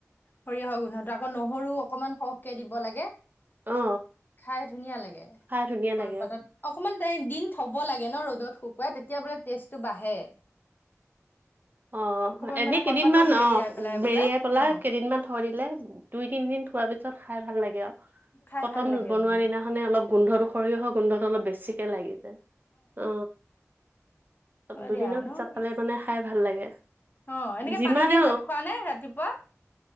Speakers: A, on the left; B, on the right.
A: সৰিয়হৰ গোন্ধটো আকৌ নহৰু অকনমান সহকে দিব লাগে।
B: অ
A: খাই ধুনীয়া লাগে
B: খাই ধুনীয়া
A: কলপাতত
B: লাগে
A: অকমান দিন থক হ'ব লাগে ন ৰ'দত শুকুৱাই তেতিয়া বোলে টেষ্টটো বাঢ়ে।
B: অ
A: অকমান
B: এনেই
A: মানে
B: কেইদিনমান
A: কলপাতত মেৰিয়াই
B: অ
A: পেলাই
B: বেৰিয়াই
A: বোলে
B: পেলা
A: অ
B: কেইদিনমান ধৰিলেে দুই তিনদিন থোৱাৰ পিছত খাই ভাল লাগে আৰু
A: খাই
B: প্ৰথম
A: ভাল লাগে
B: বনোৱা
A: বোলে
B: দিনাখানে অলপ গোন্ধটো সৰিয়হ গোন্ধটো অলপ বেছি বেছিকে লাগি যায় অ
A: হয়
B: দুদিনৰ
A: দিয়া ন
B: পিছত খালে মানে খাই ভাল লাগে
A: অ এনেকে
B: যিমানে
A: পানী দিয়া ভাত খোৱা নে ৰাতিপুৱা